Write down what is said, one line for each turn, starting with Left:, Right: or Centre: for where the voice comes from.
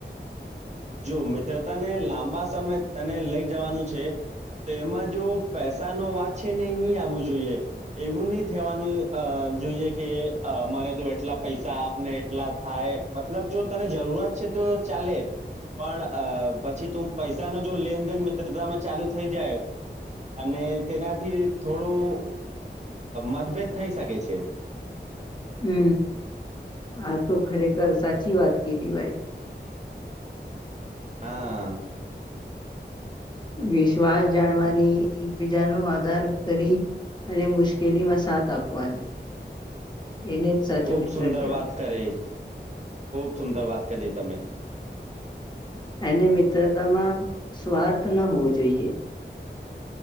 Right: જો મિત્રતાને લાંબા સમય તને લઈ જવાનું છે તો એમાં જો પૈસાનો વાત છે ને એ નહી આવવું જોઈએ એવું નહી થવાનું જોઈએ કે મને તો એટલા પૈસા આપને એટલા થાય મતલબ જો તને જરૂરત છે તો ચાલે પણ અ પછી તું પૈસાનો જો લેનદેન મિત્રતામાં ચાલુ થઈ જાય અને તેનાથી થોડું મતભેદ થઈ શકે છે
Left: હમ આ તો ખરેખર સર સાચી વાત કીઘી ભાઈ
Right: હા
Left: વિશ્વાસ જાણવાની એકબીજાનો આધાર કરી અને મુશ્કેલીમાં સાથ આપવાની એને જ સાચો
Right: ખૂબ
Left: મિત્ર
Right: સુંદર
Left: કહેવાય.
Right: વાત કરી ખૂબ સુંદર વાત કરી તમે
Left: એને મિત્રતામાં સ્વાર્થ ન હોવો જોઈએ